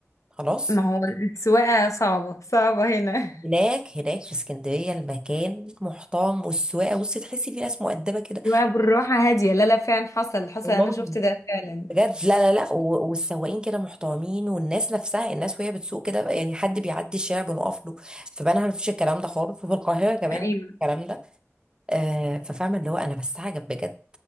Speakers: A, on the right; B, on the left.
A: خلاص
B: ما هو السواقه صعبه صعبه هنا
A: هناك هناك في اسكندريه المكان محترم والسواقه بصي تحسي في ناس مؤدبه كده
B: السواقه بالراحه هاديه لا لا فعلا حصل حصل
A: والله
B: انا شفت ده فعلا
A: بجد لا لا لا و- والسواقين كده محترمين والناس نفسها الناس وهي بتسوق كده بقى، يعني حد بيعدي الشارع بنقف له في بنها مفيش الكلام ده خالص وفي القاهرة كمان
B: ايوه
A: مفيش الكلام ده آه ففاهمة اللي هو أنا بستعجب بجد